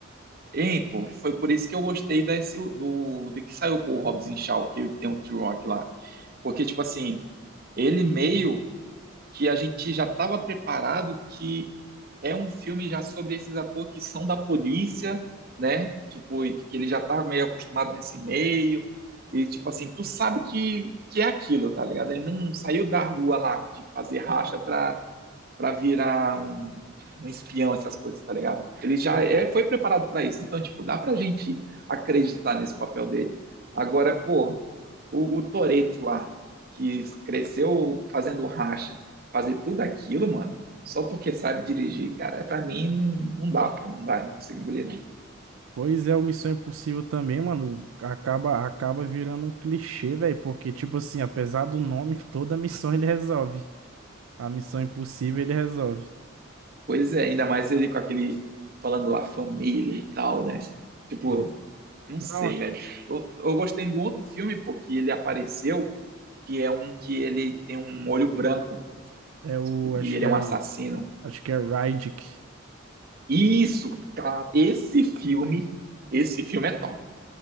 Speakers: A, on the right; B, on the right.
A: Hein, pô, foi por isso que eu gostei desse, do, do que saiu, pô, o Hobbs e Shaw, que tem o T-Rock lá. Porque, tipo assim, ele meio que a gente já estava preparado que é um filme já sobre esses atores que são da polícia, né? Tipo, e que ele já tá meio acostumado nesse meio. E, tipo assim, tu sabe que, que é aquilo, tá ligado? Ele não saiu da rua lá de fazer racha pra, pra virar um, um espião, essas coisas, tá ligado? Ele já é, foi preparado pra isso. Então, tipo, dá pra gente acreditar nesse papel dele. Agora, pô, o, o Toreto lá, que cresceu fazendo racha, fazer tudo aquilo, mano, só porque sabe dirigir, cara, pra mim não, não dá, pô, não dá, não consigo engolir, não.
B: Pois é, o Missão Impossível também, mano, acaba acaba virando um clichê, velho, porque tipo assim, apesar do nome, <laughs> toda missão ele resolve. A Missão Impossível ele resolve.
A: Pois é, ainda mais ele com aquele, falando lá, família e tal, né? Tipo,
B: É.
A: não
B: Não,
A: sei, velho. Eu, eu gostei do outro filme, pô, que ele apareceu, que é um que ele tem um olho branco, pô,
B: é o
A: e
B: acho
A: ele
B: que
A: é
B: é
A: um assassino.
B: acho que é Rydick.
A: Isso, cara, esse filme, esse filme é top.